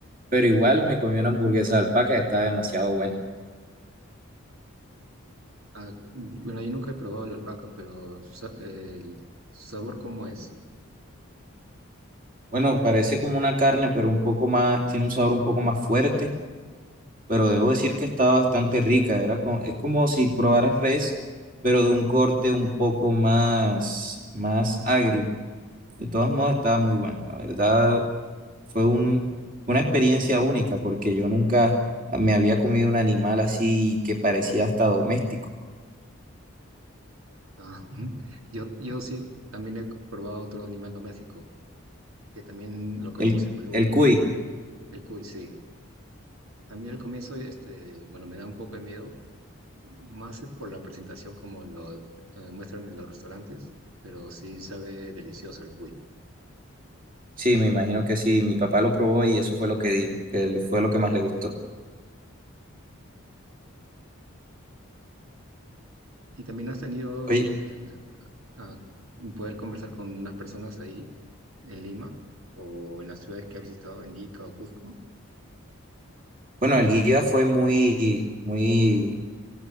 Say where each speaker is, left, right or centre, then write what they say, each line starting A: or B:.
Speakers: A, on the right; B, on the right.
A: Pero igual me comí una hamburguesa de alpaca, estaba demasiado buena.
B: Ah, mm, bueno, yo nunca he probado la alpaca, pero su, sa- el su sabor cómo es.
A: Bueno, parece como una carne, pero un poco más, tiene un sabor un poco más fuerte, pero debo decir que estaba bastante rica, era co- es como si probaras res, pero de un corte un poco más, más agrio. De todos modos, estaba muy buena, la verdad, Fue un- una experiencia única porque yo nunca me había comido un animal así que parecía hasta doméstico.
B: Ah, <laughs> yo, yo sí también he probado otro animal doméstico, que también lo comemos
A: El,
B: en Perú,
A: el cuy,
B: el cuy, sí. A mí al comienzo, este, bueno, me da un poco de miedo, más por la presentación como lo eh, muestran en los restaurantes, pero sí sabe delicioso el cuy.
A: sí, me imagino que sí. Mi papá lo probó y eso fue lo que dijo, que él- fue lo que más le gustó.
B: Y también has tenido
A: Oye,
B: eh, a poder conversar con unas personas ahí en Lima o en las ciudades que has visitado en Ica o Cusco.
A: bueno, el guía fue muy, muy